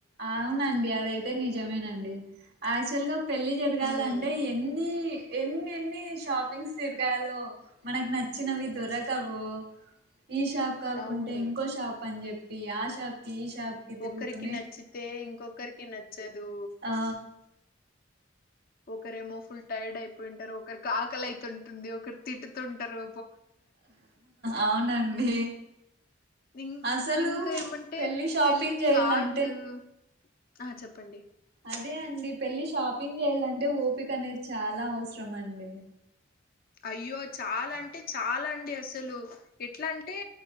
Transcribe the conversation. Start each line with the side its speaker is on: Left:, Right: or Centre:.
Right: ఆవునండి అదైతే నిజమేనండి యాక్చువల్ గా పెళ్ళి జరగాలంటే
Left: ఉమ్
Right: ఎన్ని ఎన్ని ఎన్ని షాపింగ్స్ తిరగాలో మనకు నచ్చినవి దొరకవు ఈ షాప్ కాకుంటే
Left: అవును
Right: ఇంకో షాప్ అని జెప్పి ఆ షాప్ కి ఈ షాప్ కి తిరుగుతు
Left: ఒకరికి నచ్చితే ఇంకొకరికి నచ్చదు
Right: ఆ
Left: ఒకరేమో ఫుల్ టైర్డ్ అయిపోయింటరు ఒకరికి ఆకలైతుంటుంది ఒకరు తిట్టుతుంటరు
Right: అవునండి
Left: ఇన్
Right: అసలు
Left: ఇంకా ఏమంటే
Right: షాపింగ్
Left: పెళ్లి
Right: చేయాలంటే
Left: కార్డు అహ చెప్పండి
Right: అదే అండి పెళ్ళి షాపింగ్ జెయలంటే ఓపిక అనేది చాలా అవసరం అండి
Left: అయ్యో చాలా అంటే చాలా అండి అసలు ఎట్లా అంటే